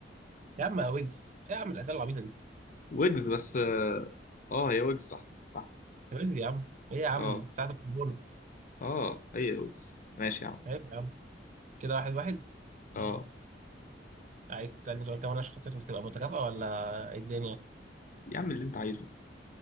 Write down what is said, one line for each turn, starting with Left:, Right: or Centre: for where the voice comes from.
Right: يا عم يا ويجز إيه يا عم الاسئله العبيطه دي
Left: ويجز بس اه آه، هي ويجز صح صح
Right: يا ويجز يا عم ايه يا عم
Left: اه
Right: ساعه الكورونا
Left: اه هي ويجز ماشي يا عم
Right: عيب يا عم كده واحد واحد
Left: اه
Right: عايز تسالني سؤال كمان عشان خاطر تبقى متكافئه ولا ايه الدنيا
Left: يا عم اللي انت عايزه